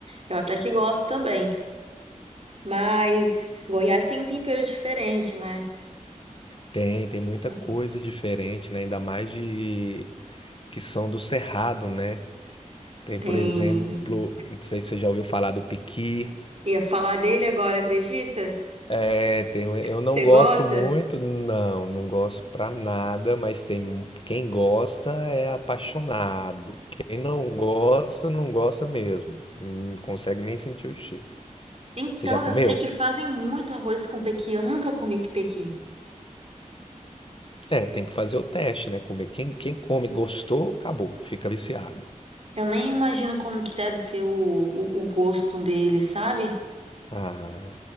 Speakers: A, on the right; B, on the left.
A: eu até que gosto também. Mas Goiás tem um tempero diferente, né?
B: Tem, tem muita
A: É,
B: coisa diferente, né? Ainda mais de que são do Cerrado, né? Tem,
A: Tem...
B: por exemplo, não sei se você já ouviu falar do piqui.
A: Ia falar dele agora, acredita?
B: É, tem, um, eu não
A: Você
B: gosto
A: gosta?
B: muito, não, não gosto pra nada, mas tem quem gosta é apaixonado. Quem não gosta, não gosta mesmo. Não consegue nem sentir o cheiro.
A: Então,
B: Você já comeu?
A: eu sei que fazem muito arroz com pequi. Eu nunca comi que pequi.
B: É, tem que fazer o teste, né? Comer. Quem, quem come, gostou, acabou, fica viciado.
A: Eu nem imagino como que deve ser o, o, o gosto dele, sabe?
B: Ah.